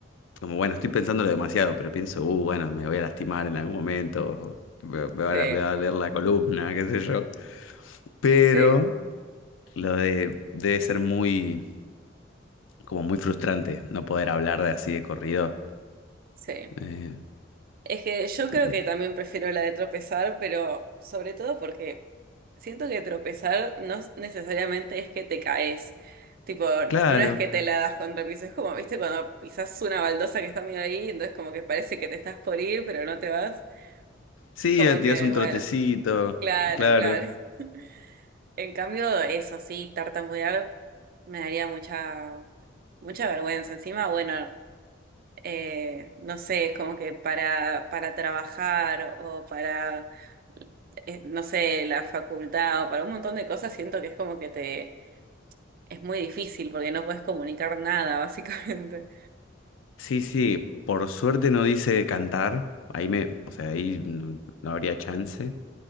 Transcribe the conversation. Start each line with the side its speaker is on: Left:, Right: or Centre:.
Left: como bueno, estoy pensándolo demasiado, pero pienso, uh, bueno, me voy a lastimar en algún momento, o me, me va
Right: sí,
Left: a, me va a doler la columna, qué sé yo. Pero
Right: sí,
Left: lo de debe ser muy, como muy frustrante no poder hablar de así de corrido.
Right: sí.
Left: Eh,
Right: Es que yo creo
Left: de-
Right: que también prefiero la de tropezar, pero sobre todo porque siento que tropezar no es- necesariamente es que te caes. Tipo,
Left: claro,
Right: no es que te la das contra el piso, es como, viste, cuando pisas una baldosa que está medio ahí, entonces como que parece que te estás por ir, pero no te vas.
Left: sí,
Right: Como
Left: eh, tirás
Right: que,
Left: un
Right: bueno,
Left: trotecito,
Right: claro,
Left: claro.
Right: claro. <laughs> En cambio, eso sí, tartamudear me daría mucha, mucha vergüenza. Encima, bueno eh, no sé, es como que para, para trabajar o para, eh, no sé, la facultad o para un montón de cosas, siento que es como que te, es muy difícil porque no puedes comunicar nada, básicamente.
Left: Sí, sí, por suerte no dice cantar, ahí me, o sea, ahí no, no habría chance,